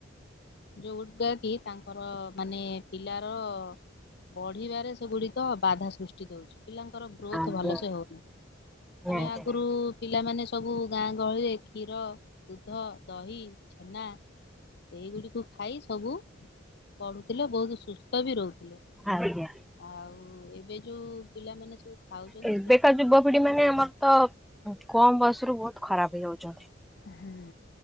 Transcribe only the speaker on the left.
ଯୋଉଟାକି କି ତାଙ୍କର ମାନେ ପିଲାର ବଢିବାରେ ସେଗୁଡିକ ବାଧା ସୃଷ୍ଟି ଦଉଛି ପିଲାଙ୍କର ଗ୍ରୋଥ
ଭଲସେ ହଉନି। ଆମେ
ଆଗରୁ ପିଲାମାନେ ସବୁ ଗାଁ ଗହଳିରେ କ୍ଷୀର ଦୁଧ, ଦହି, ଛେନା ଏଇଗୁଡ଼ିକୁ ଖାଇ ସବୁ ପଢ଼ୁଥିଲେ, ବହୁତ ସୁସ୍ଥ ବି ରହୁଥିଲେ।
ଆଉ ଏବେ ଯୋଉ ପିଲାମାନେ ସବୁ ଖାଉଛନ୍ତି
ହୁଁ।